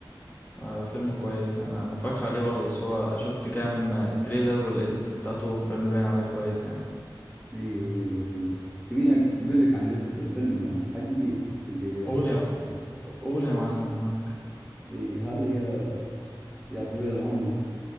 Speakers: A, on the left (about 25°); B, in the centre.
A: آه، فيلم كويس يعني أنا ما اتفرجتش عليه برضه بس هو شفت كام آه، تريلر والإيديتس بتاعته فيلم باين عليه كويس يعني
B: ايوه ايوه ايوه تبيني اقول لك عن قصة الفيلم حقي اللي
A: قول
B: حضرته؟
A: يا قول يا معلم أنا معاك
B: اي هذه يا يا طويل العمر